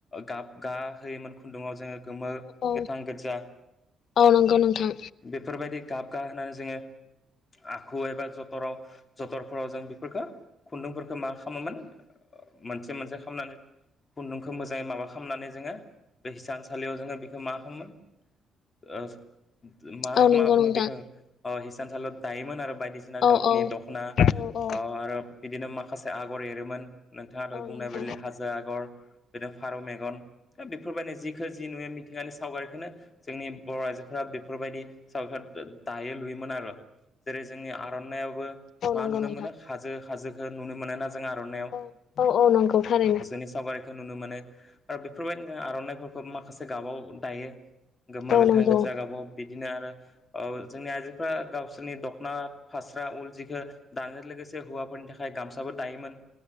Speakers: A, on the left (about 30°); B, on the left (about 65°).
A: गाब गाहोयोमोन खुन्दुङाव जोङो गोमो
B: औ
A: गोथां गोजा
B: औ नंगौ नोंथां
A: बेफोरबायदि गाब गा होनानै जोङो आखु एबा जथराव जथरफोराव जों बेफोरखो खुन्दुंफोरखो मा खालामोमोन मोनसे मोनसे खालामनानै खुन्दुंखो मोजाङै माबा खालामनानै जोङो बे हिसानसालियाव जोङो बेखो मा खामोमोन ओ मा
B: औ नंगौ
A: मा बुङो
B: नोंथां
A: बेखौ हिसानसालियाव दायोमोन आरो बायदिसिना बायदिसिना
B: औ
A: गाबनि
B: औ
A: दख'ना
B: औ औ
A: अ आरो बिदिनो माखासे आगर एरोमोन। नोंथाङा दहाय
B: औ
A: बुंनाय
B: नंगौ
A: बायदियै हाजो आगर बिदिनो फारौ मेगन ओ बेफोरबायदिनो जिखौ जि नुयो मिथिंगानि सावगारिखौनो जोंनि बर' आइजोफोरा बेफोरबायदि सावगार दायो लुयोमोन आरो जेरै जोंनि आर'नायइावबो
B: औ
A: मा
B: नंगौ
A: नुनो
B: नोंथां
A: मोनो हाजो हाजोखौ नुनो मोनो ना ज आर'नायाव
B: औ औ औ नंगौ थारैनो
A: हाजोनि सावगारिखौ नुनो मोनो आरो बेफोरबायदिनो ज आर'नाइफोरखौ माखासे गाबाव दायो। गोम
B: औ
A: गोथां
B: नंगौ
A: गो जागाबाव बिदिनो आरो जोंनि गावसोरनि दख'ना फास्रा उल जिखौ दानायजों लोगोसे हौवाफोरनि थाखाय गामसाबो दायोमोन।